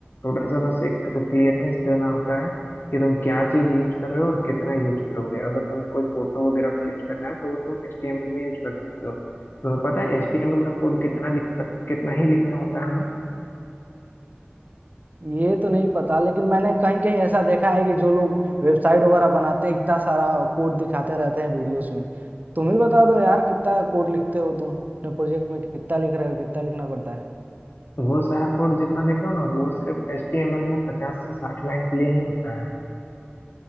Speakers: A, on the left (about 60°); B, on the right (about 45°).
A: थोड़ा सा बस एक क्लियरेंस देना होता है कि तुम क्या चीज यूज कर रहे हो और कितना यूज करोगे अगर तुम्हें कोई फोटो वगैरह भी यूज करना है तो वो तुम HTML में यूज कर सकते हो तुम्हें पता है HTML का कोड कितना लिख सक कितना ही लिखना होता है हमें
B: ये तो नहीं पता लेकिन मैंने कहीं कहीं ऐसा देखा है कि जो लोग वेबसाइट वगैरह बनाते हैं इतना सारा कोड दिखाते रहते हैं वीडियोस में तुम ही बता दो यार कितना कोड लिखते हो तुम अपने प्रोजेक्ट में कितना लिख रहे हो कितना लिखना पड़ता है
A: तो वो सारा कोड जितना देखो ना वो सिर्फ HTML में पचास से साठ लाइन के लिए ही होता है